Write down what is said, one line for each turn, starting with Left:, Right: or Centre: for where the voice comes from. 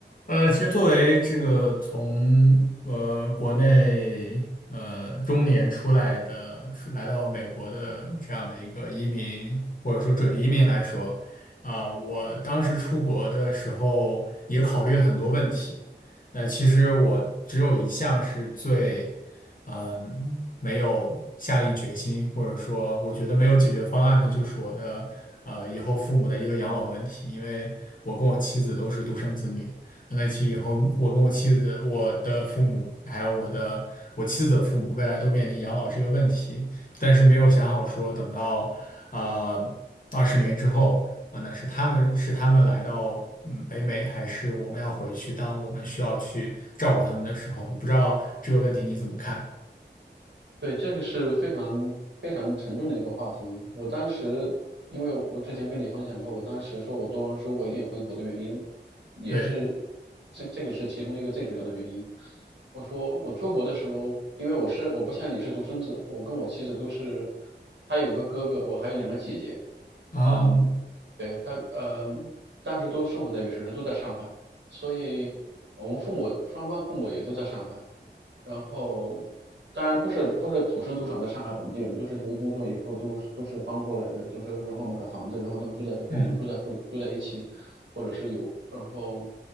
Left: 呃，其实作为这个从呃国内呃中年出来的，出来到美国的这样的一个移民或者说准移民来说，啊、我当时出国的时候也考虑了很多问题。那其实我只有一项是最，嗯，没有下定决心，或者说我觉得没有解决方案的，就是我的呃以后父母的一个养老问题，因为我跟我妻子都是独生子女。那其实以后，我跟我妻子、我的父母，还有我的我妻子的父母，未来都面临养老这个问题，但是没有想好说等到呃二十年之后啊、那是他们是他们来到嗯北美，还是我们要回去？当我们需要去照顾他们的时候，我不知道这个问题你怎么看？
Right: 对，这个是非常非常沉重的一个话题。我当时，因为我之前跟你分享过，我当时说我读完书我一定回国的原因，也是
Left: 对
Right: 这这个是其中一个最主要的原因。我说我出国的时候，因为我是我不像你是独生子，我跟我妻子都是，她有一个哥哥，我还有两个姐姐，
Left: 啊，
Right: 嗯，对她嗯，当时都生活在一个城市，都在上海，所以我们父母双方父母也都在上海。然后，当然不是不是土生土长的上海本地人，都是因为工作以后都是都是搬过来的，就是然后买了房子，然后能住在跟我们住在附住在一起，
Left: 嗯，
Right: 或者是有，然后